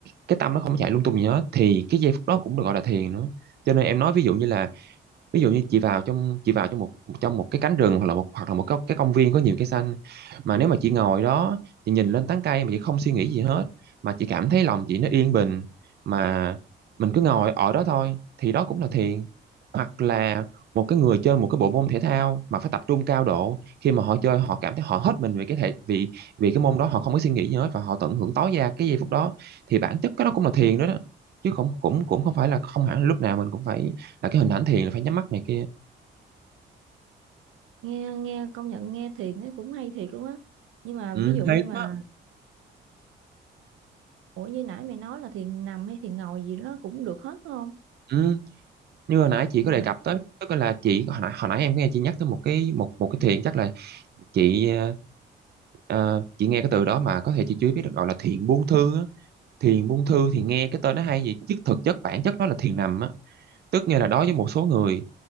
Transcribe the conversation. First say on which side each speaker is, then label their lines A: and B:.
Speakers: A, on the right; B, on the right.
A: cái tâm nó không có chạy lung tung gì hết thì cái giây phút đó cũng được gọi là thiền nữa cho nên em nói ví dụ như là ví dụ như chị vào trong chị vào trong một trong một cái cánh rừng hoặc là một hoặc là một cái, cái công viên có nhiều cây xanh mà nếu mà chị ngồi đó chị nhìn lên tán cây mà chị không suy nghĩ gì hết mà chị cảm thấy lòng chị nó yên bình mà mình cứ ngồi ở đó thôi thì đó cũng là thiền hoặc là một cái người chơi một cái bộ môn thể thao mà phải tập trung cao độ khi mà họ chơi họ cảm thấy họ hết mình vì cái thể vì vì cái môn đó họ không có suy nghĩ gì hết và họ tận hưởng tối đa cái giây phút đó thì bản chất cái đó cũng là thiền đó, đó. chứ không cũng cũng không phải là không hẳn là lúc nào mình cũng phải là cái hình ảnh thiền là phải nhắm mắt này kia
B: nghe nghe công nhận nghe thiền nó cũng hay thiệt luôn á nhưng mà
A: ừ,
B: ví dụ
A: hay
B: như
A: lắm
B: mà
A: á
B: ủa như nãy mày nói là thiền nằm hay thiền ngồi gì nó cũng được hết đúng không
A: ừ. như hồi nãy chị có
B: mà,
A: đề cập tới tức là chị hồi nãy, hồi nãy em nghe chị nhắc tới một cái một một cái thiền chắc là chị ờ, ờ, chị nghe cái từ đó mà có thể chị chưa biết được gọi là thiền buông thư á. thiền buông thư thì nghe cái tên nó hay vậy chứ thực chất bản chất nó là thiền nằm á tức nghĩa là đối với một số người